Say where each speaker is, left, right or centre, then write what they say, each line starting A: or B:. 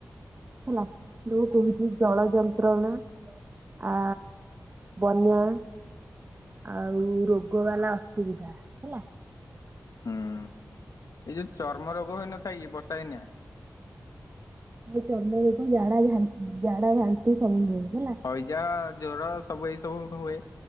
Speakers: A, on the right; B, on the left.
A: ହେଲା ମୁଁ କହୁଚି ଜଳ ଯନ୍ତ୍ରଣା ଆ ବନ୍ୟା ଆଉ ରୋଗ ବାଲା ଅସୁବିଧା ହେଲା।
B: ହୁଁ ଏଇ ଯୋଉ ଚର୍ମ ରୋଗ ହୋଇଇନଥାଏ କି ବର୍ଷା ଦିନିଆ।
A: ଚର୍ମ ରୋଗ ଝାଡ଼ା ଝାଡ଼ା ବାନ୍ତି ସବୁ ହୁଏ। ହେଲା
B: ହଇଜା ଜ୍ଵର ସବୁ ଏ ସବୁ ହୁଏ।